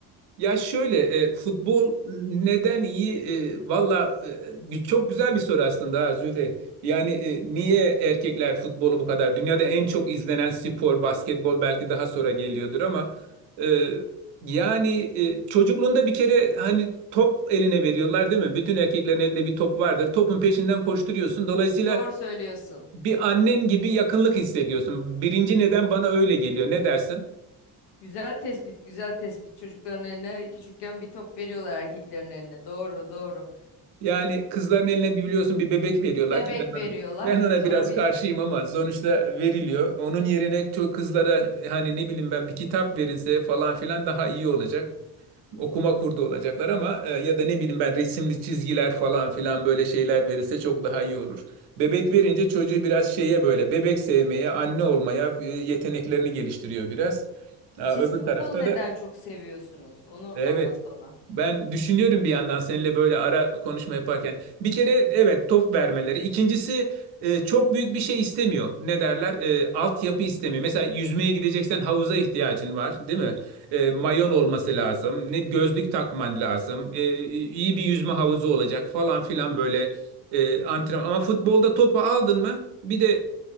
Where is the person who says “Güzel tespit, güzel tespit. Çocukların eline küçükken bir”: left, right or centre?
Left